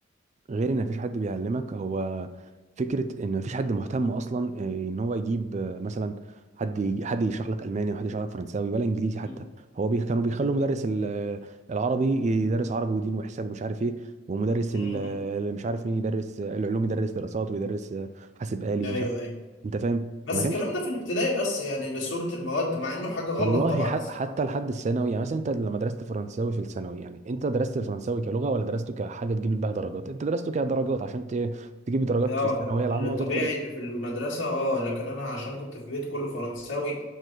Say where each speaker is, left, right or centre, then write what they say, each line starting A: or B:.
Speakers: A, on the right; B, on the left.
A: غير ان مفيش حد بيعلمك هو فكره ان مفيش حد مهتم اصلا آه، ان هو يجيب آه، مثلا حد يجي- حد يشرح لك الماني وحد يشرح لك فرنساوي ولا انجليزي
B: مم.
A: حتى هو بي كانوا بيخلوا مدرس ال- آه، العربي يدرس عربي ودين وحساب ومش عارف ايه ومدرس
B: مم.
A: ال- آه، مش عارف مين يدرس آه، العلوم يدرس دراسات ويدرس آه، حاسب آلي
B: ايوه
A: ومش عارف
B: ايوه
A: انت فاهم
B: بس
A: فما كانش
B: الكلام ده في الابتدائي بس يعني لصورة المواد مع انه حاجة غلط
A: والله
B: طبعا
A: ح-
B: بس
A: حتى لحد الثانوي يعني مثلا انت لما درست فرنساوي في الثانوي يعني انت درست الفرنساوي كلغه ولا درسته كحاجه تجيب بيها درجات انت درسته كدرجات عشان ت- تجيب درجات
B: اه
A: في الثانويه
B: اه
A: العامه
B: الطبيعي
A: وتدخل
B: اللي في المدرسة اه لكن انا عشان كنت في بيت كله فرنساوي